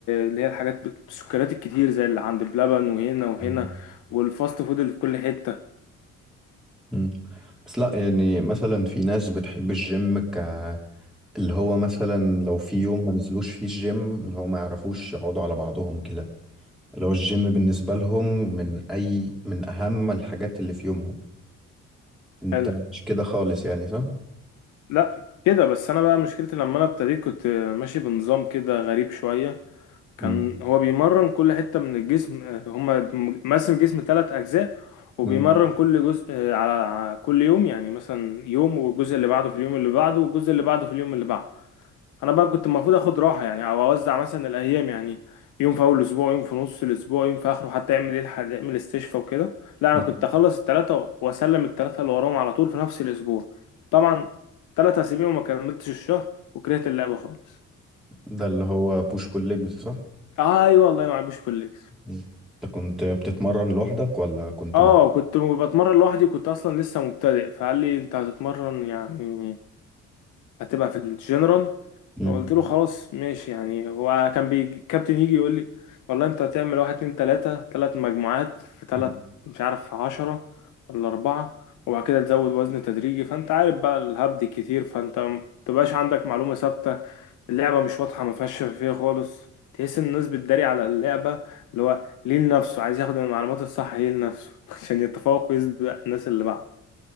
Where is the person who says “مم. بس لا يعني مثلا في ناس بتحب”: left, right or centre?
Centre